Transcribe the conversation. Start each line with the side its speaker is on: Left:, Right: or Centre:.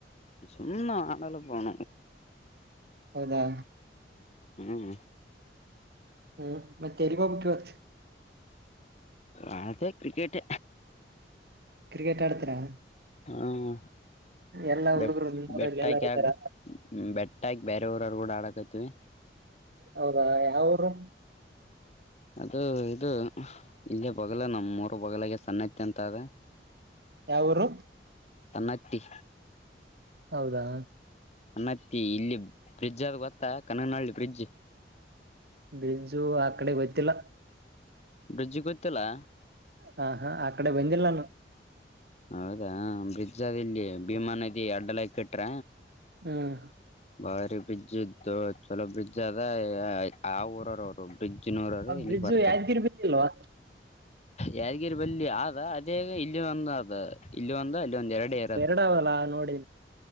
Left: ಸುಮ್ಮ ಆಡಲ್ಲ ಪಣ
Right: ಹೌದಾ?
Left: ಹ್ಮ್
Right: ಹ್ಮ್ ಮತ್ತೆ ಎಲ್ಲಿಗ್ ಹೋಗ್ಬೇಕು ಇವತ್ತು
Left: ಆತ್ತ ಕ್ರಿಕೆಟ್
Right: ಕ್ರಿಕೆಟ್ ಆಡ್ತಾರಾ.
Left: ಹ್ಮ
Right: ಎಲ್ಲಾ
Left: ಬೆ
Right: ಹುಡುಗರು ನಿಮ್ಮೂರಲ್ಲಿ
Left: ಬೆಾ
Right: ಎಲ್ಲಾರು
Left: ಕ
Right: ಇದ್ದಾರ
Left: <unintelligible> ಹ್ಮ ಬೆಟ್ಟ ಆಗಿ ಬೇರೆಯವರರು ಕೂಡ ಆಡಕತಿವಿ
Right: ಹೌದಾ ಯಾವ ಊರು
Left: ಅದು ಇದು ಇಲ್ಲೇ ಬೋಗಲ ನಮ್ ಮೂರು ಬಗಲಾಗ ಸಣ್ಣತ್ತ ಅಂತ ಅದ
Right: ಯಾವುರು
Left: ಸನತಿ
Right: ಹೌದಾ
Left: ನನ್ನತ್ತಿ ಇಲ್ಲಿ ಫ್ರಿಡ್ಜ್ ಆದ ಗೊತ್ತಾ ಕನನಹಳ್ಳಿ ಫ್ರಿಡ್ಜ್
Right: ಬಜು ಆ ಕಡೆ ಗೊತ್ತಿಲ್ಲ
Left: ಬ್ರಿಡ್ಜ್ ಗೋ್ಲ್ಲಾ
Right: ಹ ಹಾ ಅಕಡೆ ಬಂದಿಲ್ಲ ನಾನು
Left: ಹೌದಾ ಬ್ರಿಜಜಾದ ಇಲ್ಲಿ ಭೀಮಾ ನದಿ ಅಡ್ಡಲ ಕೆಟ್ರ
Right: ಹ್ಮ್
Left: ಬಾರಿ ಬ್ರಿಡ್ಜ್ ಇದ್ದತ್ತು ಚಲೋ ಬ್ರಿಡ್ಜ್ ಅದ ಆ ಊರವರ ಅವರು ಪಿಚ್ಚಿನ ನೂರಾರು
Right: ಆ
Left: ಇಲ್ಲಿ
Right: ಬ್ರಿಡ್ಜು
Left: ಬರ್ತಾರೆ
Right: ಯಾದಗಿರಿ ಬಿದ್ದಿಲ್ವಾ
Left: ಯಾದಗಿರಿ ಬಲ್ಲಿಿ ಆದ ಅದೇಗ ಇಲ್ಲಿ ಒಂದ ಅ ಇಲ್ಲ ಒಂದು ಅಲ್ಲಿ ಒಂದ ಎರಡು ಇರತ್ತ
Right: ನಗ್ತಾವಲ್ಲ ನೋಡಿ